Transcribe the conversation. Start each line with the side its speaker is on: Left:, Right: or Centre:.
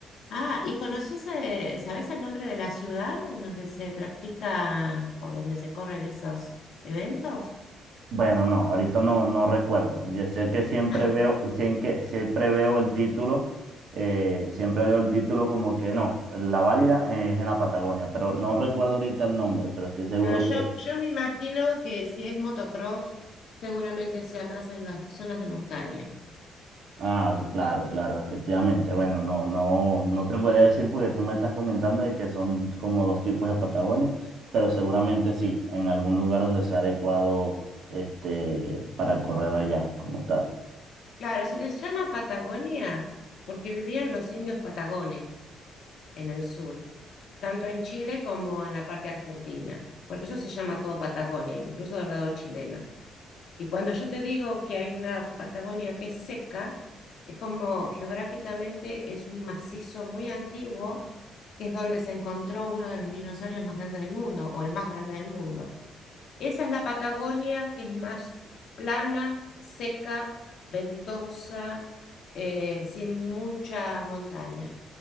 Left: Ah, ¿y conoces, eh, sabes el nombre de la ciudad en donde se practica o donde se corren esos eventos?
Right: Bueno, no, ahorita no, no recuerdo. Yo sé que siempre
Left: Ah,
Right: veo, siempre, siempre veo el título, eh, siempre veo el título como que no, la válida es en la Patagonia, pero no recuerdo ahorita el nombre, pero estoy seguro
Left: ah, yo,
Right: que,
Left: yo me imagino que si es motocross, seguramente sea más en las zonas de montaña.
Right: ah, su- claro, claro, efectivamente. Bueno, no, no, no te podría decir porque tú me estás comentando de que son como dos tipos de Patagonia, pero seguramente sí, en algún lugar donde sea adecuado, este, para correr allá como tal.
Left: Claro, se les llama Patagonia porque vivían los indios patagones en el sur, tanto en Chile como en la parte argentina. Por eso se llama todo Patagonia, incluso del lado chileno. Y cuando yo te digo que hay una Patagonia que es seca, es como geográficamente es un macizo muy antiguo, que es donde se encontró uno de los dinosaurios más grandes del mundo, o el más grande del mundo. Esa es la Patagonia, que es más plana, seca, ventosa, eh, sin mucha montaña.